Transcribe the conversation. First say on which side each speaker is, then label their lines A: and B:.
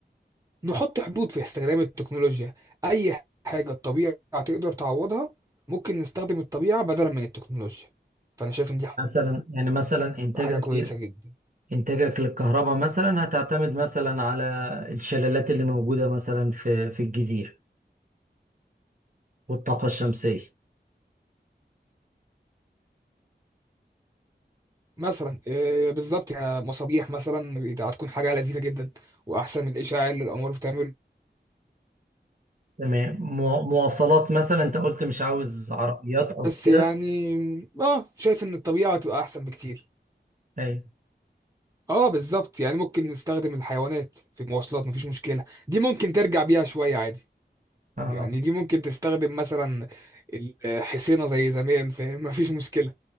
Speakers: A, on the right; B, on the right.
A: نحط حدود في استخدام التكنولوجيا أي حاجة الطبيعة تقدر تعوضها ممكن نستخدم الطبيعة بدلا من التكنولوجيا فأنا شايف إن دي
B: مثلا يعني مثلا انتاجك
A: حاجه كويسه
B: ل-
A: جدا
B: انتاجك للكهرباء مثلا هتعتمد مثلا على الشلالات اللي موجودة مثلا في في الجزيرة والطاقة الشمسية
A: مثلا آه، بالظبط كمصابيح مثلا هتكون حاجه لذيذه جدا واحسن من الاشاعه اللي الانوار بتعمل
B: تمام مو- مواصلات مثلا انت قلت مش عاوز عربيات او
A: بس
B: كده
A: يعني اه شايف ان الطبيعه هتبقى احسن بكتير
B: ايوه
A: اه بالظبط يعني ممكن نستخدم الحيوانات في المواصلات مفيش مشكله دي ممكن ترجع بيها شويه عادي
B: آه.
A: يعني دي ممكن تستخدم مثلا الحصينه زي زمان فاهم <laughs> مفيش مشكله